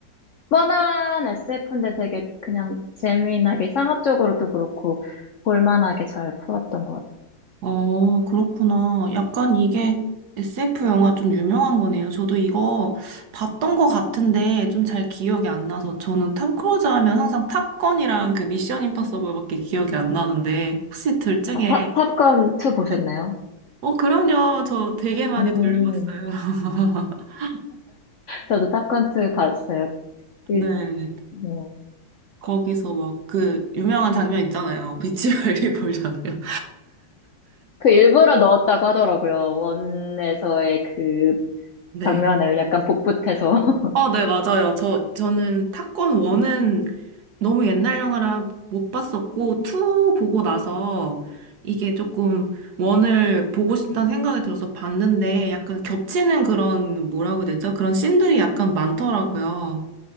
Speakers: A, on the left; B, on the right.
A: 뻔한 SF인데 되게 그냥 재미나게 상업적으로도 그렇고, 볼만하게 잘 풀었던 것 같아요.
B: 어, 그렇구나. 약간 이게 SF 영화 좀 유명한 거네요. 저도 이거 봤던 것 같은데 좀 잘 기억이 안 나서 저는 탐 크루즈 하면 항상 탑건이랑 그 미션 임파서블밖에 기억이 안 나는데 혹시 들증에
A: 아, 탑, 탑건 2 보셨나요?
B: 네. 어, 그럼요. 저 되게 많이
A: 음,
B: 들려봤어요. <laughs>
A: 저도 탑건 2 봤어요. 그
B: 네.
A: 뭐,
B: 거기서 막 그 유명한 장면 있잖아요. 비치 발리볼 장면.
A: 그 일부러 넣었다고 하더라고요. 원에서의 그
B: 네.
A: 장면을 약간 복붙해서 <laughs>
B: 어, 네, 맞아요. 저, 저는 타건 원은 너무 옛날 영화라 못 봤었고, 투 보고 나서 이게 조금 원을 보고 싶다는 생각이 들어서 봤는데, 약간 겹치는 그런, 뭐라고 해야 되죠? 그런 씬들이 약간 많더라고요.